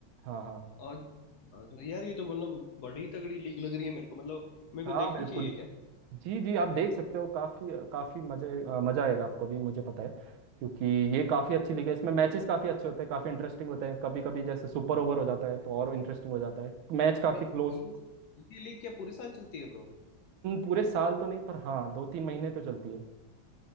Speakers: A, on the right; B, on the left.
A: हाँ हाँ
B: और- और यार ये तो मतलब बड़ी तगड़ी लीग लग रही है मेरे को मतलब मेरे को
A: हाँ
B: देखनी
A: बिल्कुल
B: चाहिए क्या
A: जी जी आप देख सकते हो काफी काफी मजे अ, मजा आएगा आपको भी मुझे पता है क्योंकि ये काफी अच्छी लीग है इसमें मैचेस काफी अच्छे होते हैं काफी इंटरेस्टिंग होते हैं कभी कभी जैसे सुपर ओवर हो जाता है तो और इंटरेस्टिंग हो जाता है मैच काफी
B: ये
A: क्लोज
B: ये लीग क्या पूरे साल चलती है ब्रो
A: पूरे साल तो नहीं पर हाँ दो तीन महीने तो चलती है